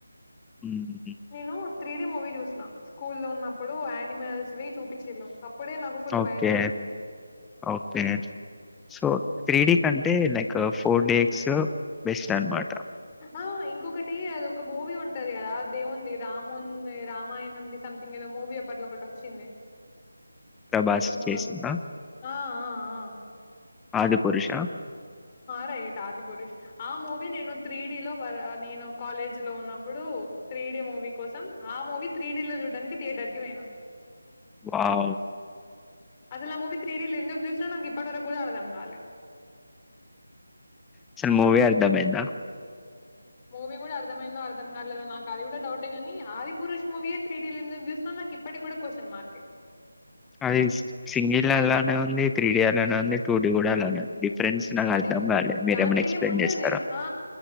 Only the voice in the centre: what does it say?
మ్మ్.
ఓకే
ఓకే సో త్రీ డేక్ అంటే లైక్ ఫోర్ డేక్స్ బెస్ట్ అనమాట
ప్రభాస్
చేసిన
ఆదిపురుషా
వావ్
అసలు మూవీ అర్దమయిందా
అది సింగిల్ అలానే ఉంది త్రీ డి అలానే ఉంది టూ డి కూడా అలానే ఉంది డిఫరెన్స్ నాకు
అర్థం కాలేదు మీరేమైనా
ఎక్స్ప్లెయిన్
చేస్తారా